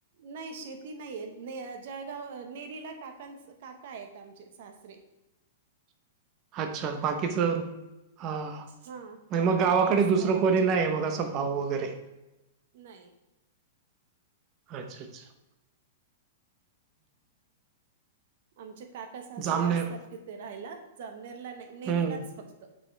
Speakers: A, on the right; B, on the right.
A: नाही शेती नाहीय जळगाव नेरीला काका आहेत आमचे सासरे
B: <unintelligible> अच्छा बाकीच हा.
A: हा
B: आणि
A: काका
B: मग गावाकडे
A: आता असतात
B: दुसरं कोणी
A: आमचे
B: नाही मग असं भाऊ वगैरे
A: नाही.
B: अच्छा अच्छा.
A: आमचे काका सासरे
B: जामनेर
A: असतात तिथे राहायला जमनेरला नाही नेरीलाच
B: हम्म
A: फक्त